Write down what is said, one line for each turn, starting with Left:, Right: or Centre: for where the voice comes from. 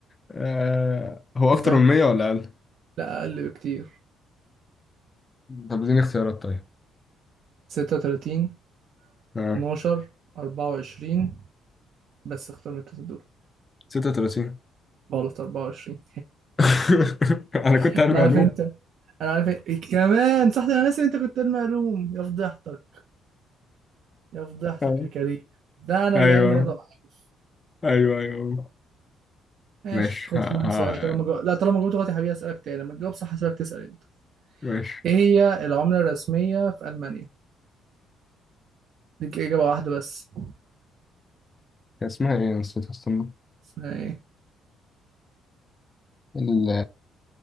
Left: آه هو
Right: سهلة
Left: أكتر من 100 ولا أقل؟
Right: لا أقل بكتير
Left: طب اديني اختيارات طيب
Right: ستة وتلاتين
Left: آه.
Right: اتناشر أربعة وعشرين بس اختار من التلاتة دول
Left: 36
Right: غلط أربعة وعشرين
Left: <laughs> أنا كنت
Right: أنا
Left: عارف معلومة
Right: عارف أنت أنا عارف إنت. كمان صح ده أنا ناسي إن أنت كنت علمي علوم يا فضيحتك يا فضيحتك
Left: آه.
Right: يا كريم ده أنا
Left: أيوه
Right: اللي علمي رياضة وعارف
Left: أيوه أيوه
Right: ماشي
Left: ماشي
Right: خد
Left: ها ها
Right: كمان سؤال طالما جو... لا طالما جاوبت غلط يا حبيبي اسالك تاني لما تجاوب صح هسيبك تسال انت
Left: ماشي
Right: ايه هي العمله الرسميه في المانيا ليك اجابه واحده بس
Left: كان اسمها إيه نسيت أصلا
Right: اسمها ايه
Left: ال